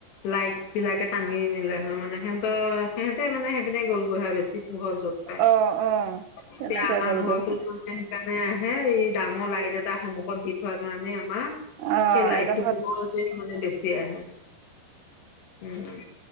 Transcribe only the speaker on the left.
লাইট বিলাকে টানি আনিলে হয় মানে সেতৰ, সিহঁতে মানে সেই পিনে গ'লগৈ হয় বেছি পোহৰ য'ত পায়
এতিয়া
আমাৰ
ঘৰটোত মানে সেইকাৰণে হে এই ডাঙৰ লাইট এটা সন্মুখত দি থোৱা কাৰণে সেই
লাইটটো
পুহৰ যে সেই কাৰণে চিয়া হে উম